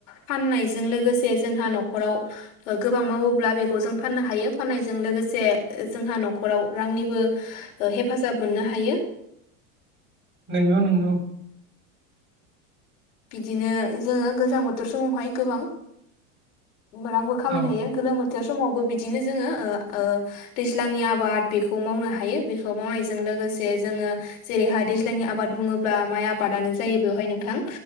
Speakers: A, on the left; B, on the right.
A: फाननायजों लोगोसे जोंहा न'खराव ओ गोबां मावोब्ला बेखौ जों फाननो हायो। फाननायजों लोगोसे जोंहा न'खराव रांनिबो ओ हेफाजाब जाब मोननो हायो।
B: नोंगौ नोंगौ।
A: बिदिनो जोङो गोजां बोथोर समावहाय गोबां रांबो खामायनो
B: औ
A: हायो। गोलोम बोथोर समावबो बिद दिनो जोङो ओ ओ दैज्लांनि आबाद बेखौ मावनो हायो। बेखौ मावनायजों लोगोसे जोङो जेरैहाय दैज्लांनि आबाद बुङोब्ला माइ आबादानो जायो बेवहाय नोंथां।